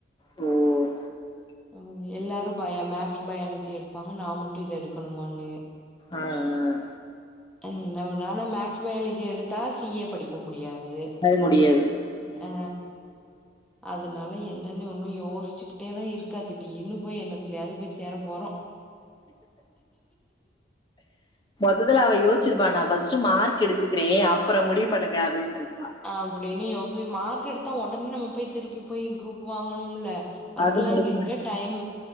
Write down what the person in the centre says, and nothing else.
ம் எல்லாரு பய மேக்ஸ் பயாலஜி எடுப்பாங்க நா மட்டு இத எடுக்கணுமான்னு
என்ன பண்ணாலு மேக்ஸ் பயாலஜி எடுத்தா சி ஏ படிக்க முடியாது
ஆ அதனால என்னன்னு ஒண்ணு யோஸ் சிக்கிட்டே தா இருக்காதுடி இன்னு போய் என்னத்துலயாது போய் சேர போறோ
அப்படின்னு யோசி மார்க் எடுத்தா ஒடனே நம்ம போய் திருப்பி போய் குரூப் வாங்கணும்ல அதுக்கெல்லாம்
அங்க எங்க டைம்.